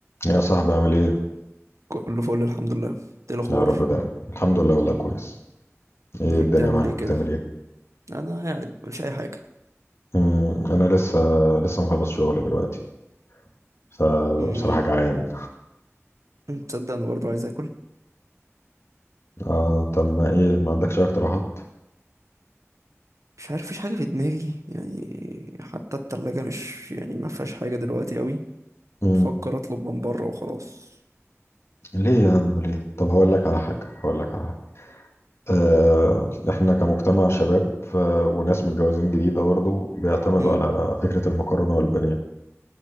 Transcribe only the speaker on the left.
يا صاحبي عامل ايه؟
يا رب دايما الحمد لله والله كويس ايه
الدنيا
معاك
بتعمل ايه؟
مم، انا لسه لسه مخلص شغل دلوقتي فبصراحة
جعان
آه طب ما ايه ما عندكش اي اقتراحات؟
مم،
ليه يا عم ليه؟ طب هقول لك على حاجة هقول لك على حاجة آه احنا كمجتمع شباب آه وناس متجوزين جديدة برضه بيعتمدوا
على فكرة المكرونة والبانيه